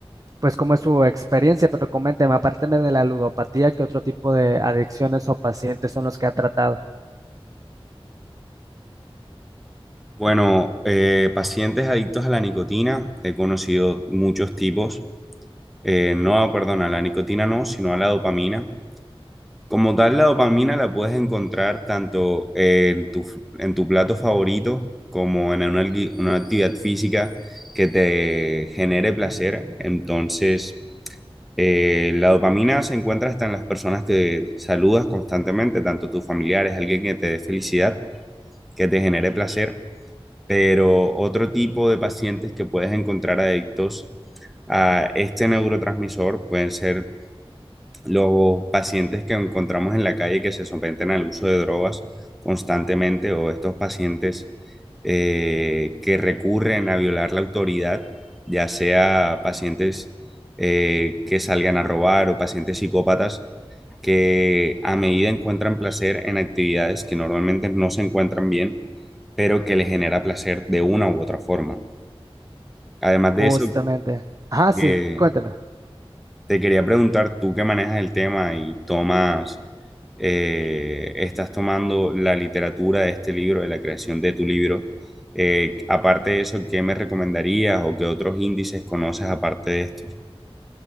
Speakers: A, on the right; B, in the centre.
A: pues, cómo es su experiencia, pero coménteme, apárteme de la ludopatía, ¿qué otro tipo de adicciones o pacientes son los que ha tratado?
B: Bueno, eh, pacientes adictos a la nicotina, he conocido muchos tipos. Eh, no, perdón, a la nicotina no, sino a la dopamina. Como tal, la dopamina la puedes encontrar tanto eh, en tu, en tu plato favorito como en una, algui- una actividad física que te genere placer. Entonces, eh, la dopamina se encuentra hasta en las personas que saludas constantemente, tanto tus familiares, alguien que te dé felicidad, que te genere placer pero otro tipo de pacientes que puedes encontrar adictos a este neurotransmisor pueden ser los pacientes que encontramos en la calle que se someten al uso de drogas constantemente o estos pacientes eh, que recurren a violar la autoridad, ya sea pacientes eh, que salgan a robar o pacientes psicópatas que a medida encuentran placer en actividades que normalmente no se encuentran bien pero que le genera placer de una u otra forma. Además
A: Justamente.
B: de eso,
A: Ajá, sí,
B: eh,
A: cuénteme.
B: te quería preguntar, tú que manejas el tema y tomas, eh, estás tomando la literatura de este libro, de la creación de tu libro, eh, aparte de eso, ¿qué me recomendarías o qué otros índices conoces aparte de estos?